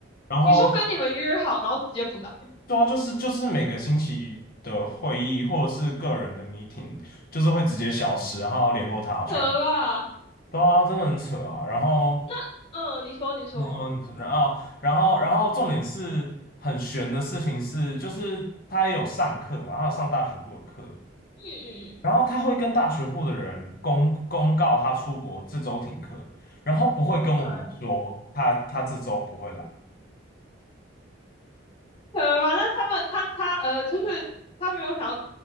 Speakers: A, on the left (about 50°); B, on the left (about 30°).
A: 然后
B: 你说跟你们约好，然后直接不来，
A: 对啊，就是就是每个星期的会议或者是个人的 meeting，就是会直接消失，然后联络他好像也
B: 扯了吧？
A: 对啊，真的很扯啊。然后
B: 那，嗯，你说，你说，
A: 你说，你说然后，然后，然后，重点是很悬的事情是，就是他也有上课嘛，他有上大学部的课，
B: 嗯嗯嗯
A: 然后他会跟大学部的人公公告他出国这周停课，然后不会跟我们说他他这周不会来。
B: ，OK，扯了吧？那他们，他他呃，就是他没有想要